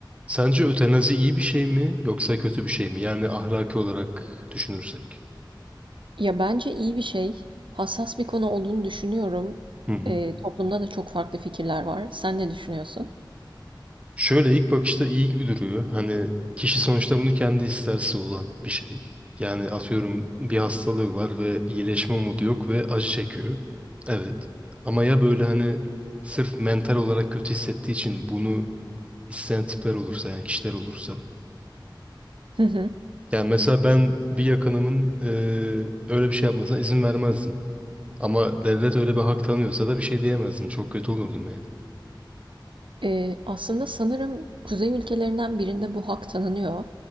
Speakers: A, on the right; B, on the right.
A: Sence ötenazi iyi bir şey mi yoksa kötü bir şey mi? Yani ahlaki olarak düşünürsek.
B: Ya, bence iyi bir şey. Hassas bir konu olduğunu düşünüyorum.
A: Hı hı.
B: Eee, toplumda da çok farklı fikirler var. Sen ne düşünüyorsun?
A: Şöyle ilk bakışta iyi gibi duruyor. Hani kişi sonuçta bunu kendi isterse olan bir şey. Yani atıyorum bir hastalığı var ve iyileşme umudu yok ve acı çekiyor. Evet. Ama ya böyle hani sırf mental olarak kötü hissettiği için bunu isteyen tipler olursa yani kişiler olursa.
B: Hı hı.
A: Yani mesela ben bir yakınımın eee, öyle bir şey yapmasına izin vermezdim. Ama devlet öyle bir hak tanıyorsa da bir şey diyemezdim. Çok kötü olurdum yani.
B: Eee, aslında sanırım kuzey ülkelerinden birinde bu hak tanınıyor.